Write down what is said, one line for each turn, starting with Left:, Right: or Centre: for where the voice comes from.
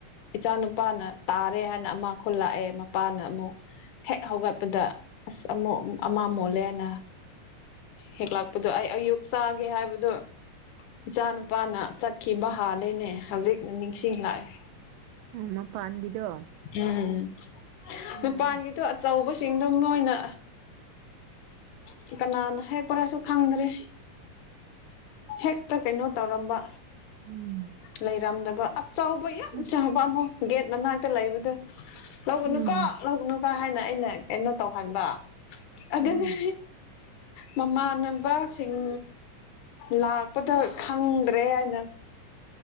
Left: ꯏꯆꯥ ꯅꯨꯄꯥꯅ ꯇꯥꯔꯦ ꯍꯥꯏꯅ ꯑꯃ ꯈꯨꯜꯂꯥꯛꯑꯦ ꯃꯄꯥꯅ ꯑꯃꯨꯛ ꯍꯦꯛ ꯍꯧꯒꯠꯄꯗ ꯑꯁ ꯑꯃ ꯑꯃ ꯃꯣꯠꯂꯦꯅ ꯍꯦꯛꯂꯥꯛꯄꯗꯣ ꯑꯩ ꯑꯌꯨꯛ ꯆꯥꯒꯦ ꯍꯥꯏꯕꯗꯣ ꯏꯆꯥ ꯅꯨꯄꯥꯅ ꯆꯠꯈꯤꯕ ꯍꯥꯜꯂꯦꯅꯦ ꯍꯧꯖꯤꯛꯅ ꯅꯤꯡꯁꯤꯡꯂꯥꯛꯑꯦ
Right: ꯃꯄꯥꯟꯒꯤꯗꯣ
Left: ꯎꯝ
Right: ꯎꯝ
Left: ꯃꯄꯥꯟꯒꯤꯗꯣ ꯑꯆꯧꯕꯁꯤꯡꯗꯣ ꯃꯣꯏꯅ ꯆꯤꯀꯅꯥ ꯍꯦꯛ ꯄꯔꯁꯨ ꯈꯪꯗ꯭ꯔꯦ ꯍꯦꯛꯇ ꯀꯩꯅꯣ ꯇꯧꯔꯝꯕ
Right: ꯎꯝ
Left: ꯂꯩꯔꯝꯗꯕ ꯑꯆꯥꯎꯕ ꯌꯥꯝ
Right: ꯑꯁ
Left: ꯆꯥꯎꯕ ꯑꯃꯛ ꯒꯦꯠ ꯃꯅꯥꯛꯇ ꯂꯩꯕꯗꯣ ꯂꯧꯒꯅꯨꯀꯣ
Right: ꯎꯝ
Left: ꯍꯧꯕꯅꯨ ꯍꯥꯏꯅ ꯑꯩꯅ ꯀꯩꯅꯣ ꯇꯧꯍꯟꯕ ꯑꯗꯨꯗꯤ
Right: ꯎꯝ
Left: ꯃꯃꯥꯟꯅꯕꯁꯤꯡ ꯂꯥꯛꯄꯗ ꯈꯪꯗ꯭ꯔꯦ ꯍꯥꯏꯅ